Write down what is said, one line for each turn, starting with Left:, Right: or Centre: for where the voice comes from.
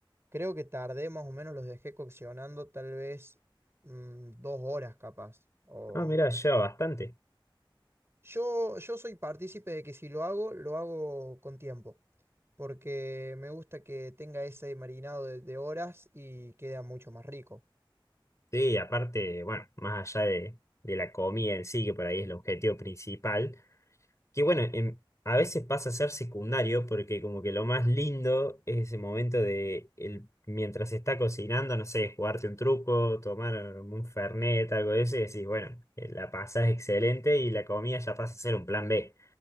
Right: Creo que tardé más o menos, los dejé coccionando tal vez mm, dos horas capaz, o
Left: Ah, mirá, lleva bastante.
Right: Yo, yo soy partícipe de que si lo hago, lo hago con tiempo, porque me gusta que tenga ese marinado de, de horas y queda mucho más rico.
Left: Sí, aparte, bueno, más allá de, de la comida en sí, que por ahí es el objetivo principal. Que bueno, em, a veces pasa a ser secundario porque como que lo más lindo es ese momento de el, mientras se está cocinando, no sé, jugarte un truco, tomar un fernet, algo de eso y decís, bueno, eh, la pasás excelente y la comida ya pasa a ser un plan B.